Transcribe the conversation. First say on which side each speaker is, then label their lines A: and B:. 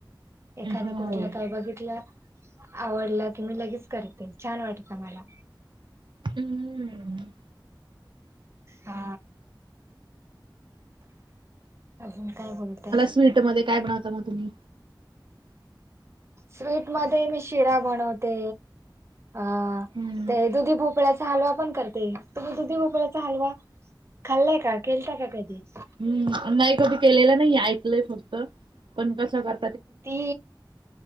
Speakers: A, on the right; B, on the right.
A: एखादं
B: हो
A: कुठलं काय बघितलं आवडलं की मी लगेच करते छान वाटतं मला.
B: हम्म.
A: हा आजून काय बोलताय?
B: स्वीटमध्ये काय बन <unintelligible> तुम्ही
A: स्वीट मध्ये मी शिरा बनवते अ
B: हम्म
A: ते दुधी भोपळ्या हालवा पण करते तुम्ही दुधी भोकळ्याचा हालवा खाल्लाय का? केलता का कधी?
B: हम्म नाही कधी केलेलं नाही ऐकलंय फक्त पण कस कर
A: ती